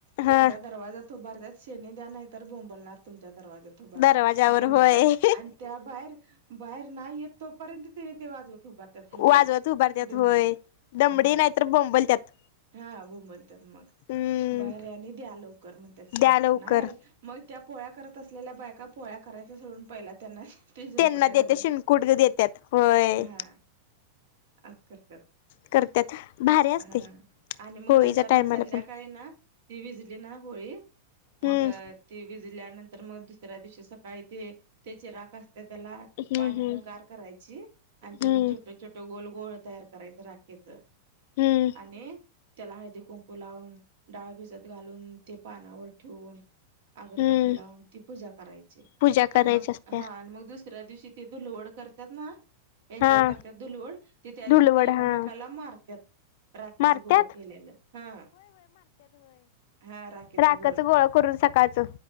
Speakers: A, on the right; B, on the left.
A: त्यांच्या
B: हा
A: दरवाजा त उभारतत शेनी द्या नाही तर बोंबलणार तुमच्या दरवाजा
B: दरवाजावर
A: अस म्हणत्यात
B: होय
A: आणि त्या बाहेर बाहेर नाही येत तोपर्यंतने ते वाज त बार टे हालगे
B: वाजवत उभारत्यात
A: डेमडी
B: होय दमडी
A: हा
B: नाहीतर बोंबलत्यात
A: हा बोंबलत्यात मग
B: हम्म
A: बाहेर्या आणि द्या लवकर म्हणत्यात सिनकोट
B: द्या लवकर
A: नाही आला मग त्या पोळ्या करत असलेल्या बायका पोळ्या करायच्या सोडून पहिला त्यांना तिजून
B: त्यांना
A: कुटे घाल
B: देते शिनकुट देत्यात होय
A: हा अस करत्यात.
B: करत्यात भारी
A: हा
B: असतय
A: आणि मग
B: होळीच्या
A: नंतर
B: टायमाला
A: ना संध्याकाळी
B: पण
A: ना ती विजली ना होळी
B: हम्म
A: मग ती विजल्यानंतर मग दुसऱ्या दिवशी श काय ते त्याचे रा त्याला
B: हम्म
A: पाण्यान
B: हम्म
A: गार करायची आणि त्याच
B: हम्म
A: छोट छोट गोल गोळ तयार करायच राखेच
B: हम्म
A: आणि त्याला हळदी कुंकू लावून डाळ भिजत घालून ते पानावर ठुन अगरबत्ती
B: हम्म
A: लावून, ती पूजा करायची
B: पूजा
A: आणि
B: करायची
A: मग
B: असत्या
A: हा आणि मग दुस दुसऱ्या दिशी ति ते लोड करत्यात ना एन्जॉय
B: हा
A: करत्यात दुलवड त त्या दिवशी
B: धुलवड
A: ते एकामेकाला
B: हा
A: मारत्यात राखीच
B: मारत्यात
A: गोळ केलेल हा हा राखेचं
B: राखच गोळ करून सकाळच?